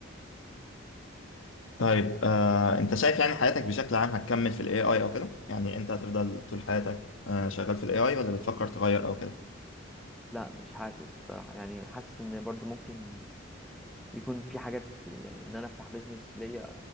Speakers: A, on the left; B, in the centre.
A: طيب آه، انت شايف يعني حياتك بشكل عام هتكمل في الاي اي او كده يعني انت هتفضل طول حياتك آه، شغال في الاي اي ولا بتفكر تغير او كده
B: لا مش حاسس الصراحه يعني حاسس ان برضو ممكن يكون في حاجات يعني ان انا افتح بيزنس ليا